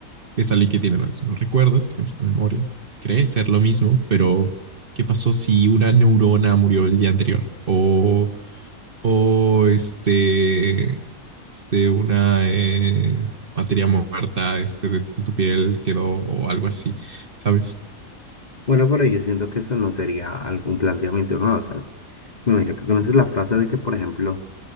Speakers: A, on the right; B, on the left.
A: Es alguien que tiene los mismos recuerdos, la misma memoria. Cree ser lo mismo, pero ¿qué pasó si una neurona murió el día anterior? O o este, este una eh, materia muerta este, de, de tu piel quedó o algo así, ¿sabes?
B: Bueno, pero yo siento que eso no sería algún planteamiento nuevo, ¿sabes? Me imagino que conoces la frase de que, por ejemplo,